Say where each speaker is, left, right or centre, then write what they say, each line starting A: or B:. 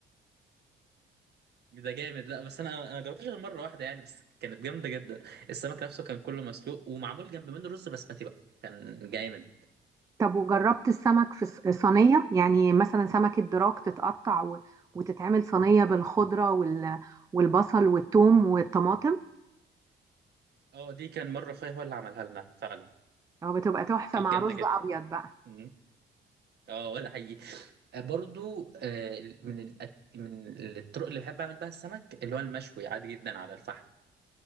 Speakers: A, on the right; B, on the right.
A: ده جامد لا بس أنا أنا جربتهاش غير مرة واحدة يعني بس كانت جامدة جدا السمك نفسه كان كله مسلوق ومعمول جنب منه رز بسمتي بقى كان جامد
B: طب وجربت السمك في الص- صينية يعني مثلا سمك الدراك تتقطع و- وتتعمل صينية بالخضرة وال- والبصل والثوم والطماطم
A: اه دي كان مرة أخويا هو اللي عملها لنا فعلا
B: هو بتبقى تحفة
A: كانت
B: مع
A: جامدة
B: رز
A: جدا
B: أبيض بقى
A: مم. اه ده حقيقي آه، برضو آه، من الأك- من الطرق اللي بحب اعمل بها السمك اللي هو المشوي عادي جدا على الفحم